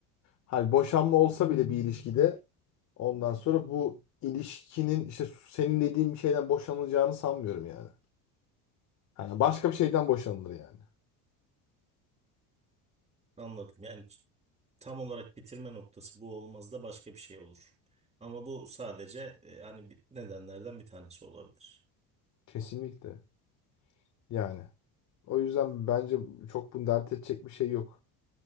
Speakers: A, on the left; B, on the right.
A: hani boşanma olsa bile bir ilişkide ondan sonra bu ilişkinin işte senin dediğin bir şeyden boşanılacağını sanmıyorum yani. Hani başka bir şeyden boşanılır yani.
B: Anladım. Yani ç- tam olarak bitirme noktası bu olmaz da başka bir şey olur. Ama bu sadece e, hani bir- nedenlerden bir tanesi olabilir.
A: Kesinlikle. Yani. O yüzden bence çok bunu dert edecek bir şey yok.